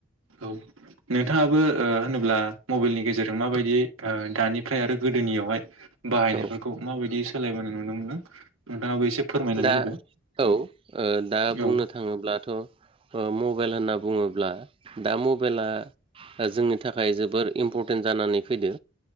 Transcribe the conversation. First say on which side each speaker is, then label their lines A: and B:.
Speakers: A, on the right (about 75°); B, on the right (about 25°).
A: औ नोंथाङाबो होनोब्ला मबाइलनि गेजेराव जेरै माबायदि दानिफ्राय आरो गोदोनियावहाय बाहायनायफोरखौ
B: औ
A: माबायदि सोलायबोनो नुनो मोनो नोंथाङाबो एसे फोरमायनानै
B: दा
A: होदो
B: औ ओ दा बुंनो
A: औ
B: थाङोब्लाथ' ओ मबाइल होनना बुङोब्ला दा मबाइला जोंनि थाखाय जोबोर इम्परटेन्ट जानानै फैदो।